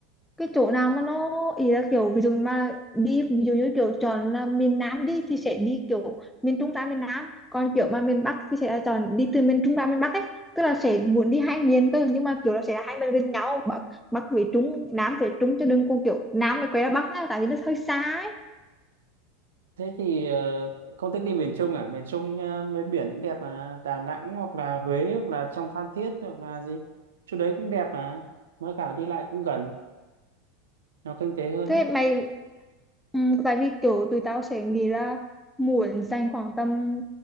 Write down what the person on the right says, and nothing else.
Thế thì ờ, không thích đi miền Trung à? Miền Trung ờ, mấy biển cũng đẹp mà. Đà Nẵng hoặc là Huế hoặc là trong Phan Thiết hoặc là gì. Chỗ đấy cũng đẹp mà. Mới cả đi lại cũng gần. Nó kinh tế hơn
đấy.